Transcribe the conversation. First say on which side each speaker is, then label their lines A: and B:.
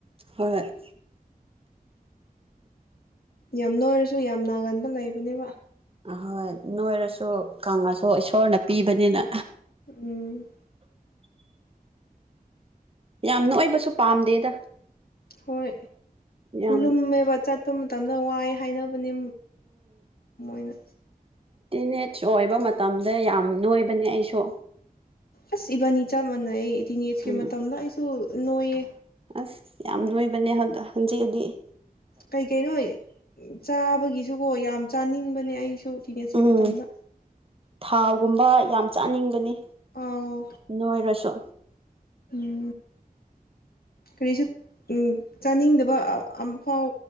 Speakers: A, on the right; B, on the left.
A: ꯍꯣꯏ
B: ꯌꯥꯝ ꯅꯣꯏꯔꯁꯨ ꯌꯥꯝ ꯅꯥꯒꯟꯕ ꯂꯩꯕꯅꯦꯕ
A: ꯑꯍꯣꯏ ꯅꯣꯏꯔꯁꯨ ꯀꯪꯂꯪꯉꯁꯨ ꯏꯁꯣꯔꯅ ꯄꯤꯕꯅꯤꯅ
B: ꯎꯝ
A: ꯌꯥꯝ ꯅ ꯑꯣꯏꯕꯁꯨ ꯄꯥꯝꯗꯦꯗ
B: ꯍꯣꯏ
A: ꯌꯥꯝ
B: ꯂꯨꯝꯃꯦꯕ ꯆꯠꯄ ꯃꯇꯝꯗ ꯋꯥꯏ ꯍꯥꯏꯅꯕ ꯃ ꯃꯣꯏꯅ
A: ꯇꯤꯟ ꯑꯦꯖ ꯑꯣꯏꯕ ꯃꯇꯝꯗ ꯌꯥꯝ ꯅꯣꯏꯕꯅꯦ ꯑꯩꯁꯨ
B: ꯑꯁ ꯏꯕꯥꯅꯤ ꯆꯞ ꯃꯥꯟꯅꯩ ꯇꯤꯟ ꯑꯦꯖꯀꯤ
A: ꯎꯝ
B: ꯃꯇꯝꯗ ꯑꯩꯁꯨ ꯅꯣꯏꯌꯦ
A: ꯑꯁ ꯌꯥꯝ ꯂꯣꯏꯕꯅꯦ ꯑꯗ ꯍꯧꯟꯖꯤꯛꯗꯤ
B: ꯀꯩ ꯀꯩꯅꯣ ꯆꯥꯕꯒꯤꯁꯨꯀꯣ ꯌꯥꯝ ꯆꯥꯅꯤꯡꯕꯅꯦ ꯑꯩꯁꯨ ꯇꯤꯅꯦꯖꯀꯤ
A: ꯎꯝ
B: ꯃꯇꯝꯗ
A: ꯊꯥꯎꯒꯨꯝꯕ ꯌꯥꯝ ꯆꯥꯅꯤꯡꯕꯅꯤ
B: ꯑꯣꯥꯎ
A: ꯅꯣꯏꯔꯁꯨ
B: ꯎ ꯀꯔꯤꯁꯨ ꯎꯝ ꯆꯥꯅꯤꯡꯗꯕ ꯑꯐꯥꯎ